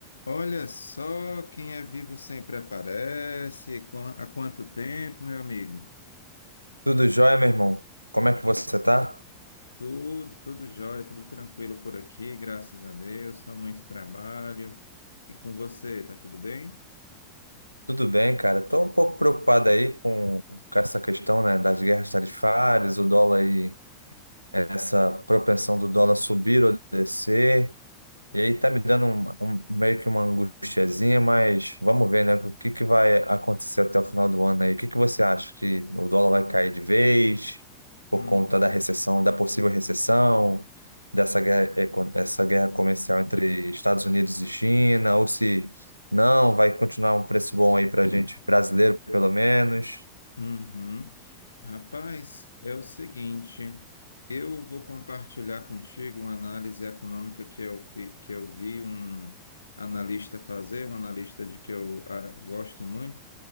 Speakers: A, on the left; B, on the right.
A: Olha só, quem é vivo sempre aparece. Qua- Há quanto tempo, meu amigo?
B: Tudo jóia, meu irmão? Como é que você tá?
A: Tudo, tudo jóia, tudo tranquilo por aqui, graças a Deus. Só muito trabalho. E com você, tá tudo bem?
B: Tudo bem, cara. Tô um pouco preocupado aí com, com essa questão, né, das guerras tarifárias, o dólar e essa propensão do dólar subir ou descer. E aí tá me dando um, um- meio que uma angustiazinha, mas vamos ver, né? O que que vai acontecer até o final do ano aí? O que que você acha? Que o dólar vai cair de vez por
A: Uhum.
B: conta da recessão, da possível recessão, dessa guerra, eco- essa guerra comercial entre Estados Unidos e China, ou se não, vai continuar um preço bom aí pra gente brasileiro, pelo menos.
A: Uhum. Rapaz, é o seguinte, eu vou compartilhar contigo uma análise econômica que eu, fi- que eu vi um analista fazer, um analista de que eu ah, gosto muito.